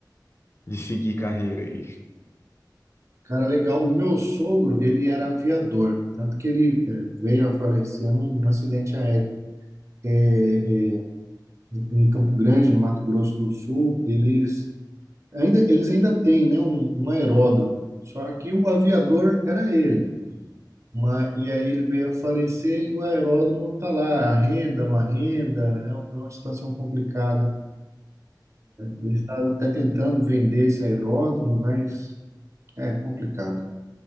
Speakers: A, on the left (about 35°); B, on the right (about 40°).
A: de seguir carreira aí.
B: Cara, legal. O meu sogro, ele era aviador, tanto que ele eh, veio a falecer num acidente aéreo É, é, em Campo Grande, no Mato Grosso do Sul. Eles ainda, eles ainda têm, né, um, um aeródromo, só que o aviador era ele. Mas, e aí ele veio a falecer e o aeródromo está lá, arrenda, não arrenda, é, um- é uma situação complicada. Eles estavam até tentando vender esse aeródromo, mas é complicado.